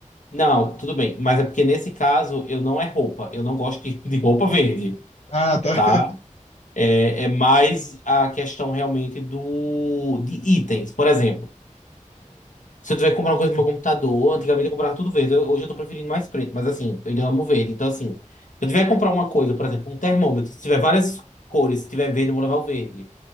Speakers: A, on the left; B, on the left.
A: Não, tudo bem, mas é porque nesse caso eu não é roupa, eu não gosto de de roupa verde,
B: Ah, tá.
A: tá?
B: <laughs>
A: É, é mais a questão realmente do de itens. Por exemplo, se eu tiver que comprar uma coisa no meu computador, antigamente eu comprava tudo verde. Eu- hoje eu tô preferindo mais preto, mas assim, eu ainda amo verde. Então, assim, se eu tiver que comprar uma coisa, por exemplo, um termômetro, se tiver várias cores, se tiver verde, eu vou levar o verde.